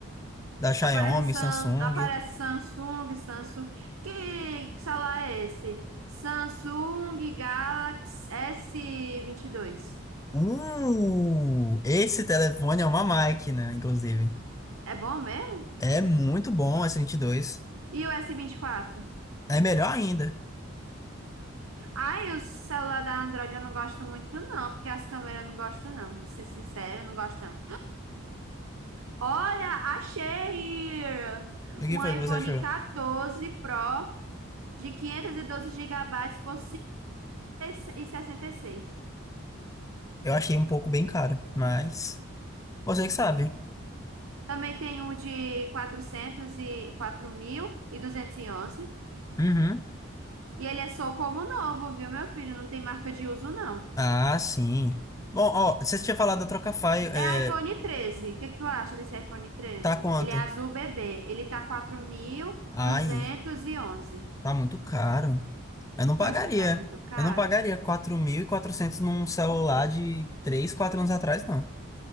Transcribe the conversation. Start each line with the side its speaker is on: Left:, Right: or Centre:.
Left: Da Xiaomi,
Right: Aparece, Sam,
Left: Samsung.
Right: aparece Samsung, Samsung. Que celular é esse? Samsung Galaxy s vinte e dois
Left: Uh! Esse telefone é uma máquina, inclusive.
Right: É bom mesmo?
Left: É muito bom esse 22.
Right: E o s vinte e quatro
Left: É melhor ainda.
Right: Ai, o celular da Android eu não gosto muito, não, porque as câmeras eu não gosto, não. Vou ser sincera, eu não gosto, não. Olha, achei
Left: O
Right: um
Left: que foi
Right: iPhone
Left: que você achou?
Right: 14 Pro de 512 gigabytes por 5.066.
Left: Eu achei um pouco bem caro, mas. Você que sabe.
Right: Também tem o de 400 e 4.211. E e onze
Left: Uhum.
Right: E ele é só como novo, viu, meu filho? Não tem marca de uso, não.
Left: Ah, sim. Bom, ó, você tinha falado da Trocafy, é,
Right: É iPhone treze O que que tu acha desse iPhone treze
Left: tá quanto?
Right: Ele é azul bebê. Ele tá quatro mil
Left: Ai.
Right: duzentos e onze
Left: Tá muito caro. Eu não
Right: Tu
Left: pagaria.
Right: acha que tá muito caro?
Left: Eu não pagaria 4.400 num celular de 3 4 anos atrás, não.